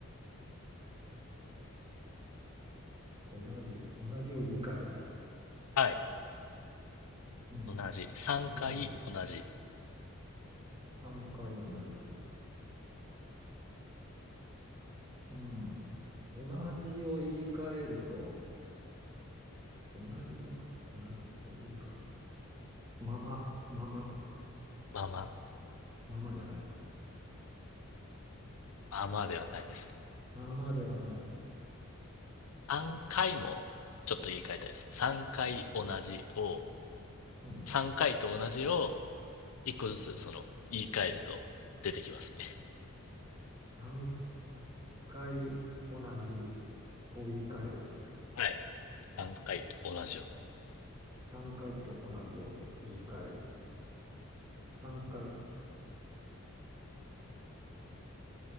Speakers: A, on the right; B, on the left.
A: ん。同じ、同じを言い換える。
B: はい。
A: うん。
B: 同じ。3回同じ。
A: 同じ。3回同じ。うん。同じを言い換えると、同じを言いか、同じを言い換える。まま、ままとか。
B: まあまあ、
A: ままじゃない。
B: まあまあではないですね。
A: ままではない。
B: 3回も、ちょっと言い換えたいですね。3回同じを、
A: うん。
B: 3回と同じを、1個ずつ、その、言い換えると出てきますね。
A: 3回同じを言い換える。
B: はい。3回と同じを。
A: 3回と同じを言い換える。3回。